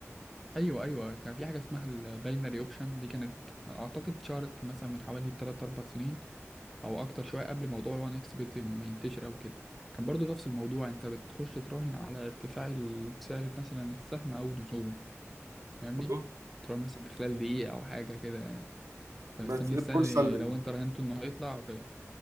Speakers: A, in the centre; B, on the right.
A: ايوه ايوه كان في حاجه اسمها الباينري اوبشن دي كانت اعتقد شهرت مثلا من حوالي 3 4 سنين او اكتر شويه قبل موضوع وان اكس بت ما ينتشر او كده كان برضو نفس الموضوع انت بتخش تراهن على ارتفاع السعر مثلا السهم او نزوله فاهمني
B: مم.
A: تراهن مثلا في خلال دقيقه او حاجه كده فمستني
B: بس البورصه
A: السعر
B: اللي
A: لو انت راهنته انه هيطلع او طلع